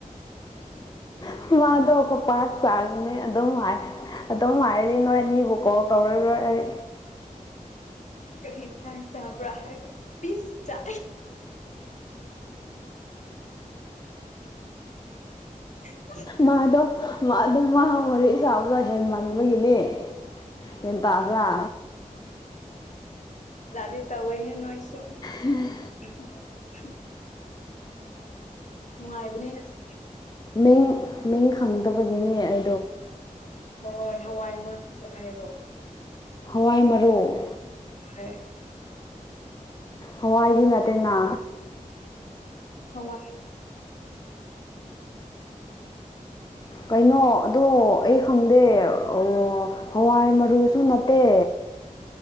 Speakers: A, on the left (about 30°); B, on the left (about 60°).
A: ꯋꯥ ꯏꯃꯥꯗ ꯑꯩꯈꯣꯏ ꯄꯥꯔ ꯆꯥꯕꯅꯤ ꯑꯗꯨꯝ ꯍꯥꯏ ꯑꯗꯨꯝ ꯍꯥꯏꯔꯗꯤ ꯅꯣꯏ ꯑꯅꯤꯕꯨ ꯀꯣ ꯀꯧꯔꯔꯣꯏ ꯑꯩ
B: ꯀꯍꯤ ꯊ ꯁꯥꯕ꯭ꯔ ꯍꯥꯏꯔ ꯄꯤꯁ ꯆ ꯑꯗꯨ
A: ꯃꯥꯗ ꯑꯗꯨꯝ ꯃꯥ ꯃꯔꯤ ꯆꯥꯕꯒ ꯍꯦꯟ ꯃꯟꯕꯒꯤꯅꯤ ꯍꯦꯟ ꯇꯥꯕ꯭ꯔꯥ
B: ꯗꯦ ꯇꯋꯏꯍꯦ ꯅꯣꯏꯁꯨꯣ
A: ꯎꯝ
B: ꯎ ꯅꯨꯡꯉꯥꯏꯕꯅꯦ ꯅ ꯌ
A: ꯃꯤꯡ ꯃꯤꯡ ꯈꯪꯗꯕꯒꯤꯅꯦ ꯑꯩ
B: ꯍꯣꯏ ꯍꯣꯏ ꯍꯋꯥꯏ ꯃꯔꯨ ꯍꯥꯏꯔꯣ
A: ꯋꯥꯋꯥꯏ ꯃꯔꯨ
B: ꯍ
A: ꯍꯋꯥꯏꯒꯤ ꯅꯠꯇꯦꯅ
B: ꯑꯣ
A: ꯀꯩꯅꯣ ꯑꯗꯣ ꯑꯩ ꯈꯪꯗꯦ ꯑꯣ ꯍꯋꯥꯏ ꯃꯔꯨꯁꯨ ꯅꯠꯇꯦ